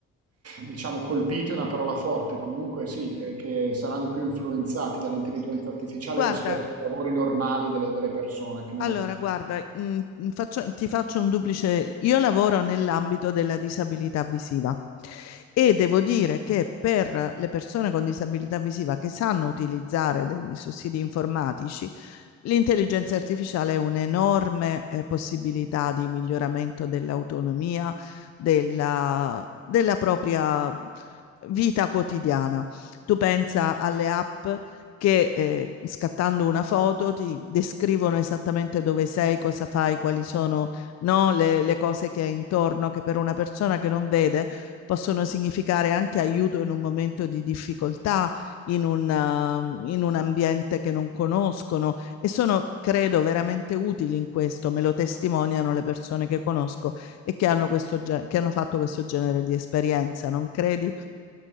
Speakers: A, on the right; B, on the left.
A: diciamo, colpiti, è una parola forte, comunque sì, eh, che saranno più influenzati dall'intelligenza artificiale
B: Guarda,
A: rispetto ai lavori normali delle, delle persone finora?
B: allora, guarda, mh, faccio- ti faccio un duplice. Io lavoro nell'ambito della disabilità visiva e devo dire che per le persone con disabilità visiva che sanno utilizzare dei sussidi informatici, L'intelligenza artificiale è un'enorme eh, possibilità di miglioramento dell'autonomia, della, della propria vita quotidiana. Tu pensa alle app che eh, scattando una foto ti descrivono esattamente dove sei, cosa fai, quali sono no, le, le, cose che hai intorno, che per una persona che non vede possono significare anche aiuto in un momento di difficoltà, in un, uh, in un ambiente che non conoscono, e sono, credo, veramente utili in questo, me lo testimoniano le persone che conosco e che hanno, questo, che hanno fatto questo genere di esperienza, non credi?